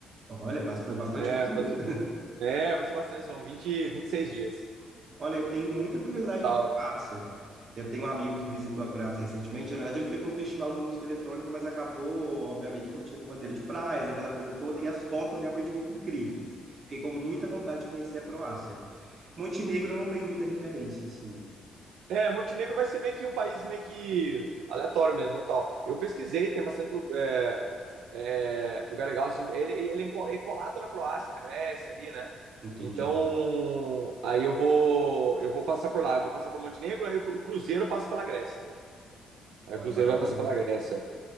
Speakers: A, on the right; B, on the right.
A: Olha, bastante, bastante
B: É,
A: coisa
B: fazer
A: mesmo.
B: É, vai ser bastante, são vinte, vinte e seis dias.
A: Olha, eu tenho muita curiosidade
B: Tal.
A: com a Croácia. Eu tenho um amigo que visitou a Croácia recentemente. Na verdade, ele foi para um festival de música eletrônica, mas acabou, obviamente, curtindo o roteiro de praias, aquela coisa toda, e as fotos realmente muito incríveis. Fiquei com muita vontade de conhecer a Croácia. Montenegro não tem muita referência, assim.
B: É, Montenegro vai ser meio que um país meio que aleatório mesmo, no tal. Eu pesquisei, tem bastante lu- é, é, lugar legal. assim, ele, ele é encol- é colado na Croácia, na Grécia ali, né?
A: Entendi.
B: Então, aí eu vou, eu vou passar por lá, eu vou passar por Montenegro, aí o cru- o cruzeiro passa pela Grécia daí. Aí
A: Olha,
B: o cruzeiro
A: bacana.
B: vai passar pela Grécia.